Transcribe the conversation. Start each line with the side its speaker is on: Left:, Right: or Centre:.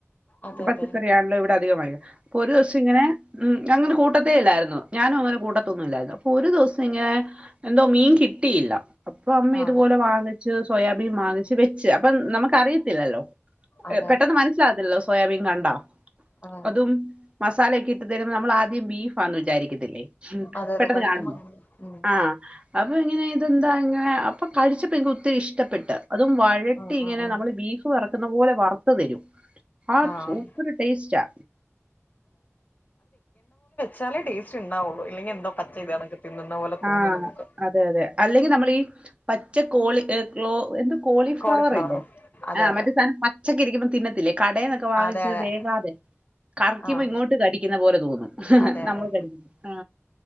Left: അതെ
Right: പച്ചക്കറി
Left: അതെ
Right: ആണല്ലോ ഇവിടെ <unintelligible> അപ്പോ ഒരു ദിവസം ഇങ്ങനെ ഉം അങ്ങനെ കൂട്ടത്തേ ഇല്ലായിരുന്നു ഞാനും അങ്ങനെ കൂട്ടത്തൊന്നും ഇല്ലായിരുന്നു അപ്പൊ ഒരു ദിവസം ഇങ്ങനെ എന്തോ മീൻ കിട്ടിയില്ല. അപ്പൊ അമ്മ
Left: ആഹ്
Right: ഇതുപോലെ വാങ്ങിച്ചു സോയാ വാങ്ങിച്ച് വെച്ച് നമുക്കറിയത്തില്ലല്ലോ
Left: അതെ
Right: പെട്ടെന്ന്
Left: അതെ
Right: മനസിലാവത്തില്ല. സോയാബീൻ കണ്ടോ?
Left: അതെ
Right: അതും മസാല ഒക്കെ ഇട്ട് തരുമ്പോ നമ്മളാ ആദ്യം ബീഫാന്ന് വിചാരിക്കത്തില്ലേ
Left: അതെ
Right: പെട്ടെന്ന്
Left: അതെ കഴിക്കുമ്പോ
Right: കാണുമ്പോ
Left: അങ്ങനെ ഉം
Right: ആഹ് അപ്പൊ ഇങ്ങനെ ഇതെന്താ ഇങ്ങനെ അപ്പൊ കഴിച്ചപ്പോ എനിക്ക് ഒത്തിരി ഇഷ്ടം ട്ട് അതും വഴട്ടി
Left: ആഹ് ആഹ്
Right: ഇങ്ങനെ നമ്മൾ ബീഫ് വറക്കുന്ന പോലെ വറുത്ത തരും ആ
Left: ആഹ് ആഹ്
Right: സൂപ്പർ ടേസ്റ്റ് ആ
Left: ച്ചാലെ ടേസ്റ്റ് ഉണ്ടാവുള്ളു. അല്ലെങ്കി എന്തോ പച്ച ചെയ്താണൊക്കെ തിന്നുന്ന പോലെ തോന്നും
Right: ആഹ്.
Left: നമുക്ക്.
Right: അതെ അതെ. അല്ലെങ്കി നമ്മളീ പച്ച കോളി എന്ത് കോളിഫ്ലവർ
Left: കോളിഫ്ലവറോ
Right: ഇല്ലേ
Left: അതെ
Right: ആ
Left: അതെ
Right: മറ്റേ സാധനം പച്ചക്കെ ഇരിക്കുമ്പം തിന്നത്തില്ലേ കടന്നൊക്കെ വാങ്ങിച്ചത്
Left: അതെ അതെ
Right: വേകാതെ കറിക്കുമ്പോ
Left: ആഹ്
Right: ഇങ്ങോട്ട് കടിക്കുന്ന പോലെ തോന്നും
Left: അതെ
Right: നമ്മള്
Left: അതെ
Right: കടിക്ക ആ